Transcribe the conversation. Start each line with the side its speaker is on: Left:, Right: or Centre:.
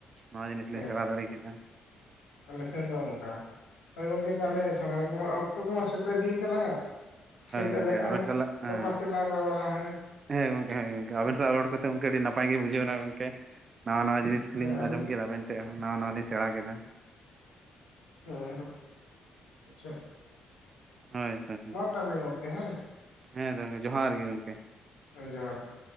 Right: ᱱᱚᱣᱟ ᱡᱤᱱᱤᱥ ᱞᱤᱧ
Left: ᱦᱮ
Right: ᱥᱮᱬᱟ ᱫᱟᱲᱮ ᱠᱮᱫᱟ
Left: ᱟᱞᱮ ᱥᱮᱱ ᱫᱚ ᱚᱝᱠᱟ ᱦᱳᱭ ᱜᱚᱝᱠᱮ ᱛᱟᱦᱚᱞᱮ
Right: ᱦᱳᱭ
Left: ᱥᱚᱢᱚᱭ ᱠᱚᱢᱟ ᱚᱠᱛᱚ ᱠᱚᱢᱟ ᱥᱮᱴᱮᱨ ᱤᱫᱤᱭᱮᱱ ᱛᱟᱞᱟᱝᱟ ᱦᱳᱭ ᱛᱟᱞᱦᱮ
Right: ᱜᱚᱝᱠᱮ
Left: ᱟᱨᱦᱚ
Right: ᱟᱵᱮᱱ ᱥᱟᱞᱟᱜ ᱦᱮᱸ
Left: ᱜᱟᱯᱟ ᱥ ᱛᱮᱞᱟᱝ ᱨᱚᱲᱟ ᱦᱮᱸ᱾
Right: ᱦᱮᱸ ᱜᱚᱝᱠᱮ ᱦᱮᱸ ᱜᱚᱝᱠᱮ ᱟᱵᱮᱱ ᱥᱟᱞᱟᱜ ᱨᱚᱲ ᱠᱟᱛᱮ ᱜᱚᱝᱠᱮ ᱟᱹᱰᱤ ᱱᱟᱯᱟᱭ ᱜᱮ ᱵᱩᱡᱷᱟᱹᱭᱮᱱᱟ ᱜᱚᱝᱠᱮ ᱱᱟᱣᱟ ᱱᱟᱣᱟ ᱡᱤᱱᱤᱥ᱾
Left: ᱦᱮᱸ
Right: ᱞᱤᱧ
Left: ᱟᱹᱞᱤᱧ
Right: ᱟᱸᱡᱚᱢ ᱠᱮᱫᱟ ᱟᱵᱮᱱ ᱴᱷᱮᱜ ᱦᱚᱸ᱾ ᱱᱟᱣᱟ ᱱᱟᱣᱟ ᱞᱤᱧ ᱥᱮᱬᱟᱸ ᱠᱮᱫᱟ᱾
Left: ᱦᱮᱸ ᱮᱸᱦᱮᱜ ᱟᱪᱪᱷᱟ᱾
Right: ᱦᱳᱭ ᱛᱚ ᱜᱚᱝᱠᱮ᱾
Left: ᱢᱟ ᱛᱟᱦᱚᱞᱮ ᱜᱚᱝᱠᱮ ᱦᱮᱸ
Right: ᱦᱮᱸ ᱛᱚ ᱜᱚᱝᱠᱮ ᱡᱚᱦᱟᱨ ᱜᱮ ᱜᱚᱝᱠᱮ᱾
Left: ᱦᱮᱸ ᱡᱚᱸᱦᱟᱨ ᱜᱮ᱾